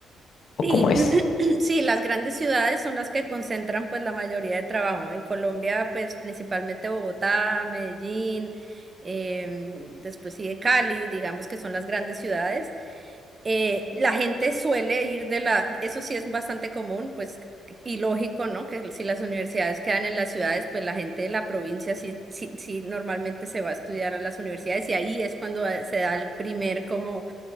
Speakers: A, on the left; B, on the right.
A: o
B: Sí,
A: cómo es.
B: <clears throat> sí, las grandes ciudades son las que concentran pues la mayoría de trabajo. En Colombia, pues principalmente Bogotá, Medellín, em, después sigue Cali, digamos que son las grandes ciudades. Eh, la gente suele ir de la, eso sí es bastante común, pues, y lógico, ¿no? Que si las universidades quedan en las ciudades, pues la gente de la provincia sí, sí, sí normalmente se va a estudiar a las universidades y ahí es cuando eh, se da el primer como